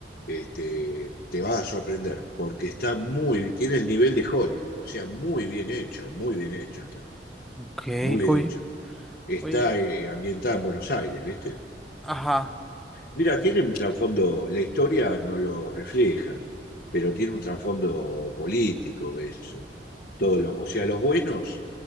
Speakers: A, on the left; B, in the centre.
A: este, te va a sorprender, porque está muy, tiene el nivel de Hollywood, o sea, muy bien hecho, muy bien hecho está,
B: Ok,
A: muy
B: oye,
A: bien hecho. Está
B: oye,
A: eh, ambientada en Buenos Aires, ¿viste?
B: ajá.
A: Mira, tiene un trasfondo, la historia no lo refleja, pero tiene un trasfondo político eso. Todo lo, o sea, los buenos,